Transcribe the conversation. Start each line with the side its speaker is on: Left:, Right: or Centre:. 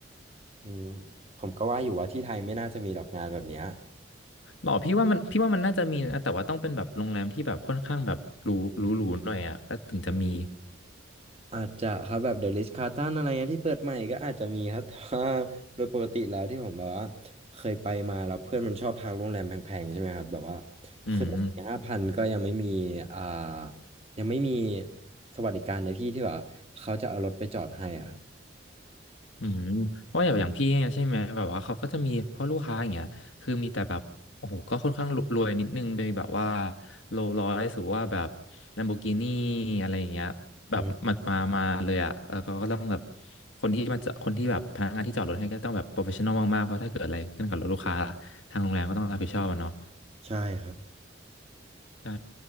Right: อืมผมก็ว่าอยู่ว่าที่ไทยไม่น่าจะมีหรอกงานแบบเนี้ย
Left: หรอพี่ว่ามันพี่ว่ามันน่าจะมีนะแต่ว่าต้องเป็นแบบโรงแรมที่แบบค่อนข้างแบบหรูหรูหรูหน่อยอ่ะก็ถึงจะมี
Right: อาจจะครับแบบเดอะริชคาร์ตันอะไรเงี้ยที่เปิดใหม่ก็อาจจะมีครับ <laughs> ถตาโดยปกติแล้วที่ผมแบบว่าเคยไปมาแล้วเพื่อนมันชอบพักโรงแรมแพงๆใช่ไหมครับแบบว่า
Left: อืม
Right: คืนสห้าพันก็ยังไม่มีอ่ายังไม่มีสวัสดิการในที่ที่แบบว่าเขาจะเอารถไปจอดให้อะครับ
Left: อืมเพราะอย่างอย่างพี่เนี่ยใช่ไหมแบบว่าเขาก็จะมีพ่อลูกค้าอย่างเงี้ยคือมีแต่แบบโอ้โหก็ค่อนข้างรวยนิดนึงไปแบบว่าโรลส์รอยซ์หรือว่าแบบลัมโบกินีอะไรอย่างเงี้ยแบบมามามาเลยอ่ะเออเขาก็ต้องแบบ
Right: อืม
Left: คนที่มาจะคนที่แบบพนักงานที่จอดรถให้ก็ต้องแบบโปรเฟชชั่นอลมากๆเพราะถ้าเกิดอะไรขึ้นกับรถลูกค้าทางโรงแรมก็ต้องรับผิดชอบอะเนาะ
Right: ใช่ครับ
Left: ใช่